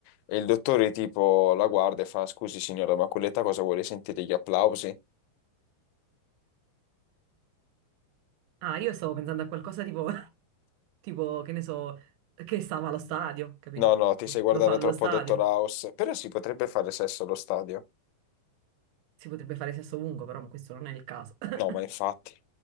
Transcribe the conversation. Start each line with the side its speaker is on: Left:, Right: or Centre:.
Left: E il dottore tipo la guarda e fa, scusi signora, ma a quell'età cosa vuole sentire gli applausi?
Right: Ah, io stavo pensando a qualcosa tipo, <laughs> tipo, che ne so, che stava allo stadio, capito?
Left: No, no, ti sei guardata
Right: Lo fa allo
Left: troppo
Right: stadio.
Left: a Dottor House, però si potrebbe fare sesso allo stadio.
Right: Si potrebbe fare sesso lungo, però questo non è il caso. <laughs>
Left: No, ma infatti.